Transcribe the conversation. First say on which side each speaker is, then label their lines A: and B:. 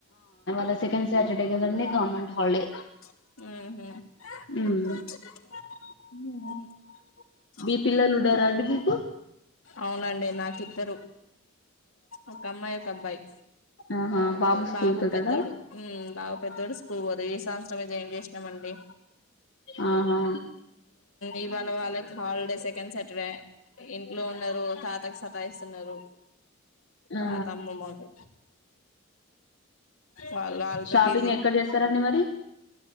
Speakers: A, on the left (about 55°); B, on the left (about 75°).
A: లా సెకండ్ సాటర్డే కదండి గవర్నమెంట్ హాలిడే
B: ఉ
A: మ్మ్ మీ పిల్లలు ఉడ రా అండిపిపు
B: అవునండి నాకు చెరు ఒక అమ్మాయి ఒక అబ్బాయి
A: ఆహా స్కూల్
B: బాబు
A: కెళ్తాడా
B: పెద్దోడు బాబు పెద్దోడు స్కూల్ పోదు ఈ సంత్సర ఏం చేసినామండి
A: ఆా
B: ఇవవాళ వాళ్ళక్ హాలిడే సెకండ్ స ఇక్కడే ఇంట్లో ఉన్నారు తాతకు సతాయిస్తున్నారు
A: ఆ
B: తాత అమ్మ మాకు వాళ్ళ వాళ్ళతో
A: షాపింగ్
B: బిజీ
A: ఎక్కడ చేస్తారండి మరి